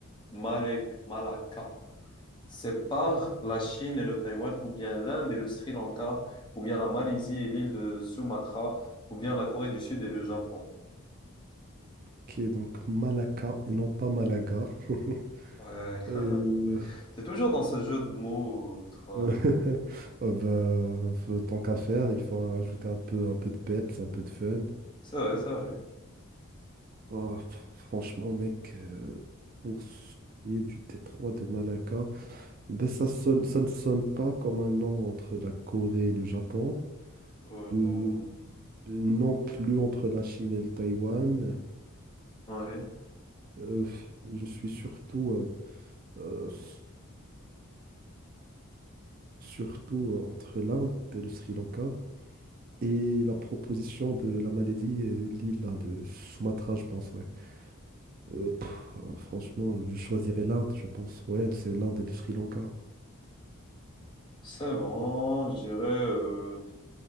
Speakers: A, on the left; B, on the right.
A: Malek- Malacca. sépare la Chine et le Taïwan, ou bien l'Inde et le Sri Lanka, ou bien la Malaisie et l'île de Sumatra, ou bien la Corée du Sud et le Japon.
B: ok, donc Malacca et non pas Malaga. <laughs>
A: Ouais.
B: Euh,
A: <laughs> T'es toujours dans ce jeu de mots, toi.
B: euh, <laughs> euh, bah, faut- tant qu'à faire, il faut ajouter un peu, un peu de peps, un peu de fun.
A: C'est vrai, c'est vrai.
B: Oh, fr- franchement, mec, euh, pour ce qui est du détroit de Malacca, ben ça sonne, ça ne sonne pas comme un nom entre la Corée et le Japon,
A: Euh, non.
B: euh, non plus entre la Chine et le Taïwan.
A: Ouais.
B: Euh, je suis surtout, euh, euh, s- surtout euh, entre l'Inde et le Sri Lanka et la proposition de la Malaisie et l'île là, de Sumatra, je pense, ouais. Euh, pff, franchement, je choisirais l'Inde, je pense, ouais, c'est l'Inde et le Sri Lanka.
A: C'est bon, je dirais. euh,